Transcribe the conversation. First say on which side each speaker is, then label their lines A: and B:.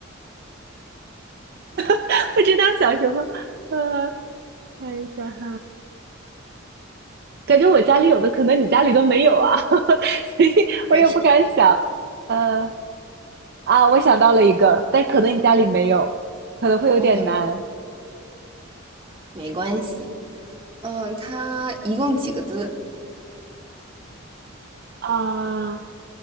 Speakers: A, on the right (about 50°); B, on the right (about 25°).
A: <laughs> 不知道想什么。呃，看一下哈，感觉我家里有的，可能你家里都没有啊，<laughs> 所以我也不敢想。
B: 没事
A: 呃，啊，我想到了一个，但可能你家里没有，可能会有点难。
B: ，OK，没关系。嗯，它一共几个字？
A: 啊、